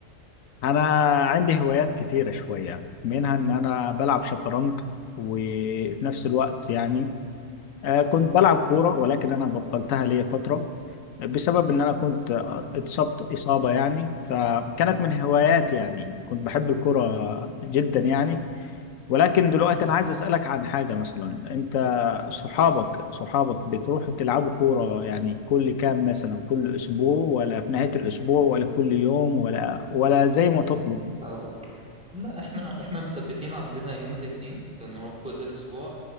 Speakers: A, on the left; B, in the centre.
A: انا عندي هوايات كتيرة شوية منها ان انا بلعب شطرنج وفي نفس الوقت يعني آه، كنت
B: مم.
A: بلعب كورة ولكن انا بطلتها ليا فترة بسبب ان انا كنت اتصبت اصابة يعني فكانت من هواياتي يعني كنت بحب الكورة جدا يعني ولكن دلوقتي
B: مم.
A: انا عايز اسالك عن حاجه مثلا انت صحابك
B: قول لي
A: صحابك بتروحوا تلعبوا كوره يعني كل كام مثلا كل اسبوع ولا في نهايه الاسبوع ولا كل يوم ولا ولا زي ما تطلب
B: أقول لك. لا إحنا إحنا مثبتين عندنا يوم الاثنين بنروح كل أسبوع